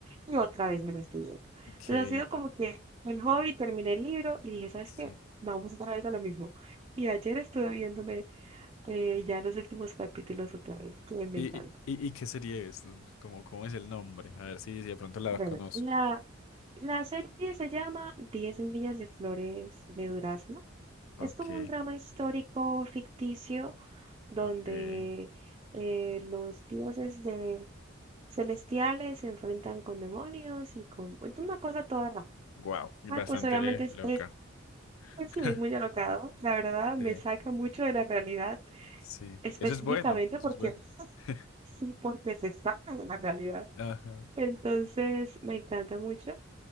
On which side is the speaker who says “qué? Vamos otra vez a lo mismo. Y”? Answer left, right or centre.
Right